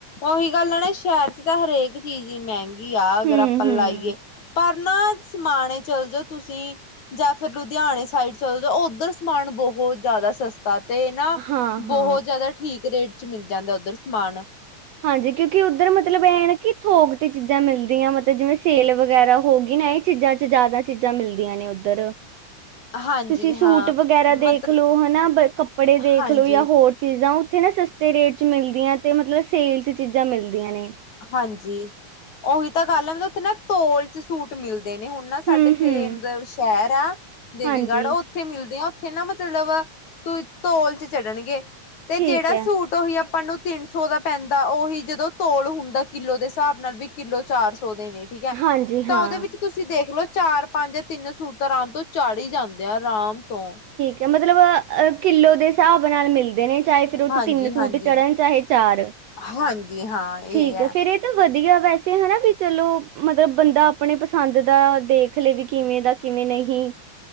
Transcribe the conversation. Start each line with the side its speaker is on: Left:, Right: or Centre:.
Left: ਉਹੀ ਗੱਲ ਆ ਨਾ ਸ਼ਹਿਰ ਚ ਤਾਂ ਹਰੇਕ ਚੀਜ਼ ਹੀ ਮਹਿੰਗੀ ਆ ਅਗਰ
Right: ਹੂੰ
Left: ਆਪਾਂ
Right: ਹੂੰ
Left: ਲਾਈਏ ਪਰ ਕਿਨਾ ਸਮਾਨ ਚੱਲ ਜਾਓ ਤੁਸੀਂ ਜਾਂ ਫਿਰ ਲੁਧਿਆਣੇ ਸਾਈਡ ਚੱਲ ਜਾ ਉੱਧਰ ਸਮਾਨ ਬਹੁਤ ਜ਼ਿਆਦਾ ਸਸਤਾ ਤੇ ਨਾ
Right: ਹਾਂ,
Left: ਬਹੁਤ
Right: ਹਾਂ।
Left: ਜਿਆਦਾ ਠੀਕ ਗ੍ਰੇਡ ਚ ਮਿਲਦਾ ਜਾਂਦਾ ਉੱਧਰ ਸਮਾਨ
Right: ਹਾਂਜੀ ਕਿਉਂਕਿ ਉੱਧਰ ਮਤਲਬ ਇਹ ਨਾ ਕਿ ਥੋਕ ਤੇ ਚੀਜ਼ਾਂ ਮਿਲਦੀਆਂ ਮਤਲਬ ਜਿਵੇਂ ਸੇਲ ਵਗੈਰਾ ਹੋ ਗਈ ਨਾ ਇਹ ਚੀਜ਼ਾਂ ' ਜ਼ਿਆਦਾ ਚੀਜ਼ਾਂ ਮਿਲਦੀਆਂ ਨੇ ਉੱਧਰ
Left: ਹਾਂਜੀ
Right: ਤੁਸੀਂ ਸੂਟ
Left: ਹਾਂ
Right: ਵਗੈਰਾ ਦੇਖਲੋ
Left: ਮਤਲਬ
Right: ਹਨਾ ਕੱਪੜੇ ਦੇਖਲੋ
Left: ਹਾਂਜੀ
Right: ਜਾਂ ਹੋਰ ਚੀਜ਼ਾਂ ਇੱਥੇ ਨਾ ਸਸਤੇ ਰੇਟ ਚ ਮਿਲਦੀਆਂ ਤੇ ਮਤਲਬ ਸੇਲ ਚ ਚੀਜ਼ਾਂ ਮਿਲਦੀਆਂ ਨੇ
Left: ਹਾਂਜੀ ਉਹੀ ਤਾਂ ਗੱਲ ਹੈ ਮਤ ਉੱਥੇ ਨਾ ਤੋਲ ਚ ਸੂਟ ਮਿਲਦਾ ਨੇ ਹੁਣ ਨਾ ਸਾਡੇ
Right: ਹੂੰ,
Left: ਇੱਥੇ
Right: ਹੂੰ।
Left: ਮਤਲਬ ਸ਼ਹਿਰ ਦਾ ਦੇਵੀਗੜ੍ਹ
Right: ਹਾਂਜੀ,
Left: ਉਹ ਉੱਥੇ ਮਿਲਦੇ ਆ ਥੇ ਨਾ ਮਤਲਬ ਤੂੰ ਤੌਲ ਚ ਚੜਨਗੇ ਤੇ
Right: ਠੀਕ
Left: ਜਿਹੜਾ ਸੂਟ
Right: ਐ।
Left: ਉਹੀ ਆਪਾਂ ਨੂੰ ਤਿੰਨ ਸੌ ਦਾ ਪੈਂਦਾ ਉਹੀ ਜਦੋਂ ਤੋਲ ਹੁੰਦਾ ਦਾ ਕਿੱਲੋ ਦੇ ਹਿਸਾਬ ਨਾਲ ਵੀ ਕਿੱਲੋ ਚਾਰ ਸੋਦੇ ਨੇ ਠੀਕ ਹੈ
Right: ਹਾਂਜੀ,
Left: ਤਾਂ
Right: ਹਾਂ।
Left: ਉਹਦੇ ਵਿੱਚ ਤੁਸੀਂ ਦੇਖਲੋ ਚਾਰ ਪੰਜ ਤਿੰਨ ਸੂਰਤਾਂ ਰਾਮ ਤੋਂ ਚਾੜ ਹੀ ਜਾਂਦੇ ਆ ਰਾਮ ਤੋਂ
Right: ਜਾਂ ਮਤਲਬ ਅਹ ਕਿੱਲੋ ਦੇ ਹਿਸਾਬ ਨਾਲ ਮਿਲਦੇ ਨੇ। ਚਾਹੇ ਫਿਰ ਉਹਥੇ
Left: ਹਾਂਜੀ
Right: ਤਿੰਨ ਸੂਟ
Left: ਹਾਂਜੀ
Right: ਚੜਨ ਚਾਹੇ ਚਾਰ
Left: ਹਾਂਜੀ ਹਾਂ ਇਹ
Right: ਠੀਕ ਹੈ ਫੇਰ ਇਹ ਤਾਂ ਵਧ ਵਧੀਆ ਵੈਸੇ ਹਨਾ ਵੀ ਚਲੋ ਮਤਲਬ ਬੰਦਾ ਆਪਣੇ ਪਸੰਦ ਦਾ ਦੇਖ ਲਏ ਵੀ ਕਿਵੇਂ ਦਾ ਕਿਵੇਂ ਨਹੀਂ